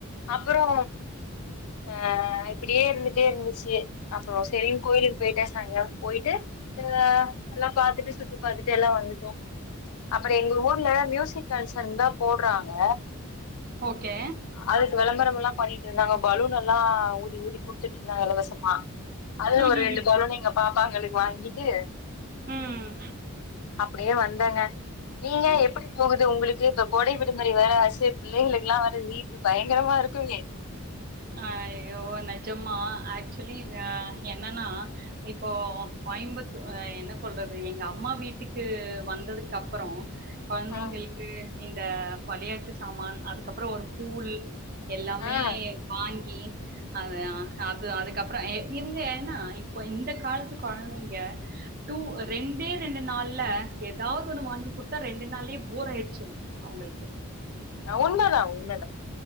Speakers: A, on the left (about 80°); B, on the right (about 40°).
A: அப்புறோ ஆ இப்பிடியே இருந்துட் டே இருந்துச்சு அப்றோ சேரின் கோயிலுக் போய்ட்டே சாய்ங்காலோ போய்ட்டு அ நல்லா பாத்துட்டு சுத்தி பாத்துட்டு எல்லா வந்துட்டோ அப்பறே எங்க ஊர்ல மியூசிக் கன்சன் தா போட்றாங்க
B: ஓக்கே
A: அதுக்கு வெளம்பரமெல்லா பண்ணிட்ருந்தாங்கோ பலூனெல்லா ஊதி ஊதி குடுத்துட் ருந்தாங்க லவ்வஸ் <unintelligible> அதுல
B: ம் ம்
A: ஒரு ரெண்டு
B: ம்
A: பலூன எங்க பாப்பாங்களுக் வாங்கிட்டு
B: ம்
A: அப்டியே வந்தேங்க நீங்க
B: ம் ஓகே
A: எப்பிடி போகுது உங்குளுக் கு இப்ப கோடை விடுமுறை வேற ஆச்சு பிள்ளைகளுக்குலா வேற லீவ் பயங்கரமா இருக்கும்மே
B: அய்யோ நெஜமா ஆக்சலி அ என்னன்னா இப்போ கோய்ம்புத்து அ என்ன சொல்றது எங்க அம்மா வீட்டுக்கு வந்ததுக்கப்புறோ கொழந்தைங்கள்க்கு
A: ம்,
B: இந்த வளையாட்டு சாமான் அதுக்கப்புறோ ஒரு பூல் எல்லாமே
A: ம்.
B: வாங்கி அது அ அப்பு அதுக்கப்றோ எ இவுங்க ஏன்னா இப்பொ இந்த காலத்து கொழந்தைங்க டூ ரெண்டே ரெண்டு நாள்ல எதாவ்து ஒண்ணு வாங்கி குடுத்தா ரெண்டு நாள்யே போர் அய்டுச்சிடு அவுங்களுக்கு
A: அ உண்மதா உண்மதா